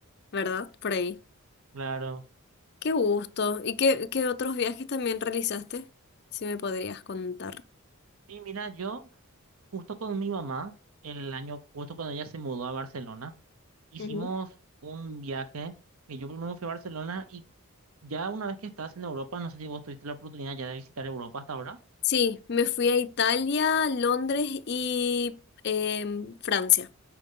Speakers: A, on the left (about 50°); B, on the right (about 75°).
A: ¿verdad? Por ahí.
B: Claro.
A: Qué gusto. ¿Y qué, qué otros viajes también realizaste? Si me podrías contar.
B: Y mira, yo, justo con mi mamá, el año, justo cuando ella se mudó a Barcelona, hicimos
A: Ujú.
B: un viaje, que yo primero fui a Barcelona, y ya una vez que estás en Europa, no sé si vos tuviste la oportunidad ya de visitar Europa hasta ahora.
A: Sí, me fui a Italia, Londres y em, Francia.